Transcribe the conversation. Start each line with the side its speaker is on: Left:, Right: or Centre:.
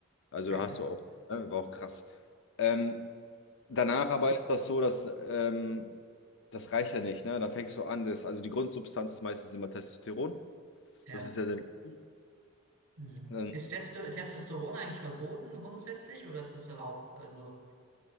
Left: Also
Right: crazy.
Left: da hast du auch, ne, war auch krass. Ähm, danach aber ist das so, dass ähm, das reicht ja nicht, ne? Dann fängst du an, das, also die Grundsubstanz ist meistens immer Testosteron.
Right: Ja.
Left: Das ist sehr, sehr wichtig.
Right: Mhm.
Left: ähm,
Right: Ist Testo Testosteron eigentlich verboten grundsätzlich oder ist das erlaubt? Also,